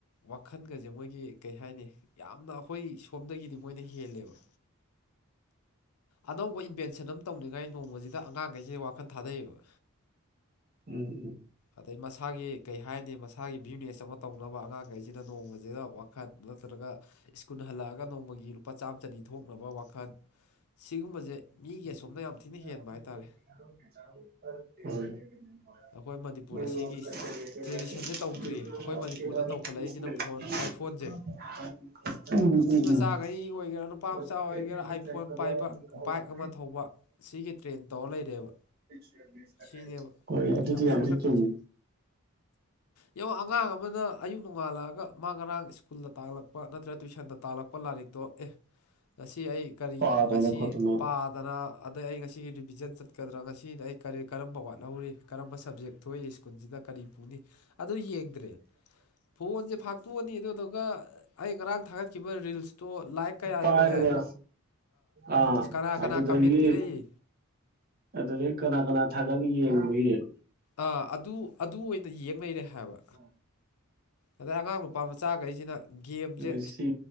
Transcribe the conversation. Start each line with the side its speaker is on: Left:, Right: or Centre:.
Left: ꯋꯥꯈꯟꯒꯁꯦ ꯃꯣꯏꯒꯤ ꯀꯩ ꯍꯥꯏꯅꯤ ꯌꯥꯝꯅ ꯑꯩꯈꯣꯏ ꯁꯣꯝꯗꯒꯤꯗꯤ ꯃꯣꯏꯅ ꯍꯦꯜꯂꯦꯕ ꯑꯅꯧꯕ ꯏꯟꯚꯦꯟꯁ ꯇꯧꯅꯤꯡꯉꯥꯏ ꯅꯣꯡꯃꯁꯤꯗ ꯑꯉꯥꯡꯈꯩꯁꯦ ꯋꯥꯈꯜ ꯊꯥꯗꯩꯌꯦꯕ
Right: ꯎꯝ ꯎꯝ
Left: ꯑꯗꯩ ꯃꯁꯥꯒꯤ ꯀꯩ ꯍꯥꯏꯅꯤ ꯃꯁꯥꯒꯤ ꯕꯤꯖꯤꯨꯅꯦꯁ ꯑꯃ ꯇꯧꯅꯕ ꯑꯉꯥꯡꯈꯩꯁꯤꯅ ꯅꯣꯡꯃꯁꯤꯗ ꯋꯥꯈꯜ ꯅꯠꯇ꯭ꯔꯒ ꯁ꯭ꯀꯨꯜ ꯍꯜꯂꯛꯑꯒ ꯅꯣꯡꯃꯒꯤ ꯂꯨꯄꯥ ꯆꯥꯝꯃ ꯆꯅꯤ ꯊꯣꯛꯅꯕ ꯋꯥꯈꯜ ꯁꯤꯒꯨꯝꯕꯁꯦ ꯃꯤꯒꯤ
Right: <inaudible>
Left: ꯑꯁꯣꯝꯅ ꯌꯥꯝ ꯊꯤꯅ ꯍꯦꯟꯕ ꯍꯥꯏꯇꯥꯔꯦ
Right: ꯦ ꯎꯝ
Left: ꯑꯩꯈꯣꯏ ꯃꯅꯤꯄꯨꯔ ꯑꯁꯤꯒꯤ
Right: ꯎ
Left: ꯇ꯭ꯔꯦꯗꯤꯁꯟꯁꯦ ꯇꯧꯗ꯭ꯔꯤ ꯑꯩꯈꯣꯏ ꯃꯅꯤꯄꯨꯔꯗ
Right: ꯎ
Left: ꯇꯧꯈꯠꯂꯛꯏꯁꯤꯅ ꯐꯣꯟ ꯑꯥꯏꯐꯣꯟꯁꯦ
Right: ꯎꯝ
Left: ꯅꯨꯄꯤ
Right: ꯈꯦ
Left: ꯃꯆꯥꯈꯩ ꯑꯣꯏꯒꯦꯔꯥ ꯅꯨꯄꯥ ꯃꯆꯥ ꯑꯣꯏꯒꯦꯔꯥ
Right: ꯆ
Left: ꯑꯥꯏꯐꯣꯟ ꯄꯥꯏꯕ ꯕꯥꯏꯛ ꯑꯃ ꯊꯧꯕ ꯁꯤꯒꯤ ꯇ꯭ꯔꯦꯟ ꯇꯧꯔ ꯂꯩꯔꯦꯕ
Right: <inaudible>
Left: ꯁꯤꯅꯦꯕ
Right: ꯍꯣꯏ ꯑꯗꯨꯗꯤ
Left: ꯌꯥꯝ
Right: ꯌꯥꯝꯁꯨ
Left: ꯁꯣꯏꯔꯛꯇꯣꯏꯁꯦ
Right: ꯆꯨꯝ
Left: ꯌꯦꯡꯉꯣ ꯑꯉꯥꯡ ꯑꯃꯅ ꯑꯌꯨꯛ ꯅꯣꯡꯉꯥꯜꯂꯛꯑꯒ ꯃꯥ ꯉꯔꯥꯡ ꯁ꯭ꯀꯨꯜꯗ ꯇꯥꯛꯂꯛꯄ ꯅꯠꯇ꯭ꯔꯒ ꯇꯨꯋꯏꯁꯟꯗ ꯇꯥꯛꯂꯛꯄ ꯂꯥꯏꯔꯤꯛꯇꯣ ꯑꯦ ꯉꯁꯤ ꯑꯩ ꯀꯔꯤ
Right: ꯄꯥꯗꯅ
Left: ꯉꯁꯤ
Right: ꯈꯣꯠꯇꯅ
Left: ꯄꯥ ꯑꯗꯨꯅ ꯑꯗꯩ ꯑꯩ ꯉꯁꯤꯒꯤ ꯔꯤꯚꯤꯖꯟ ꯆꯠꯀꯗ꯭ꯔꯥ ꯉꯁꯤ ꯑꯩ ꯀꯔꯤ ꯀꯔꯝꯕ ꯋꯥꯠꯍꯧꯔꯤ ꯀꯔꯝꯕ ꯁꯞꯖꯦꯛ ꯊꯣꯛꯏ ꯁ꯭ꯀꯨꯜꯁꯤꯗ ꯀꯔꯤ ꯄꯨꯅꯤ ꯑꯗꯨ ꯌꯦꯡꯗ꯭ꯔꯦ ꯐꯣꯟꯁꯦ ꯐꯥꯛꯇꯣꯛꯑꯅꯤ ꯑꯗꯨꯗꯨꯒ ꯑꯩ ꯉꯔꯥꯡ ꯊꯥꯒꯠꯈꯤꯕ ꯔꯤꯜꯁꯇꯣ ꯂꯥꯏꯛ ꯀꯌꯥ
Right: ꯄꯔꯒ
Left: ꯌꯧꯔꯦ
Right: ꯑꯥ
Left: ꯑꯁ ꯀꯅꯥ
Right: ꯑꯗꯨꯗꯒꯤ
Left: ꯀꯅꯥ ꯀꯃꯦꯟ ꯄꯤꯔꯛꯏ
Right: ꯑꯗꯨꯗꯒꯤꯩ ꯀꯅꯥ ꯀꯅꯥ ꯊꯥꯒꯠꯂ ꯌꯦꯡꯕꯏ
Left: ꯑꯥ ꯑꯗꯨ ꯑꯗꯨ ꯑꯣꯏꯅ ꯌꯦꯡ ꯂꯩꯔꯦ ꯍꯥꯏꯕ
Right: <inaudible>
Left: ꯑꯗꯩ ꯑꯉꯥꯡ ꯅꯨꯄꯥ ꯃꯆꯥꯈꯩꯁꯤꯅ ꯒꯦꯝꯁꯦ
Right: ꯑꯗꯨ ꯁꯤ